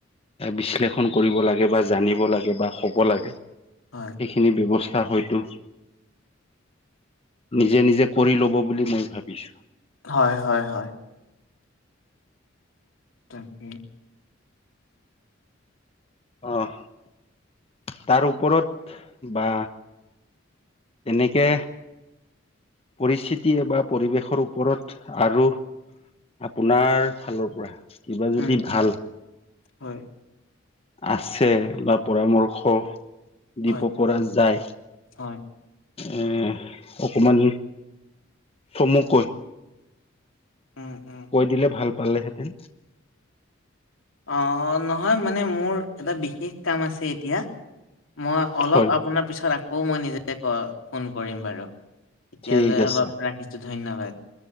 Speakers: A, on the left; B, on the left.
A: বিশ্লেষণ কৰিব লাগে বা জানিব লাগে বা হ'ব লাগে।
B: হয়।
A: এইখিনি ব্যৱস্থা হয়তো নিজে নিজে কৰি ল'ব বুলি মই ভাবিছো।
B: হয়, হয়, হয়। তাকে।
A: অ'। তাৰ ওপৰত বা তেনেকে পৰিস্থিতি বা পৰিৱেশৰ ওপৰত আৰু আপোনাৰ ফালৰ পৰা কিবা যদি
B: উম,
A: ভাল
B: হয়,
A: আছে বা পৰামৰ্শ
B: হয়,
A: দিব পৰা যায়
B: হয়,
A: উম অকণমান চমুকৈ
B: উম উম
A: কৈ দিলে ভাল পালে হেঁতেন।
B: অ নহয় মানে মোৰ এটা বিশেষ কাম আছে এতিয়া মই অলপ
A: হয়
B: আপোনাৰ পিছত আকৌ মই নিজে ক ফোন কৰিম বাৰু এতিয়ালৈ
A: ঠিক
B: অলপ
A: আছে
B: ৰা খিছো ধন্যবাদ।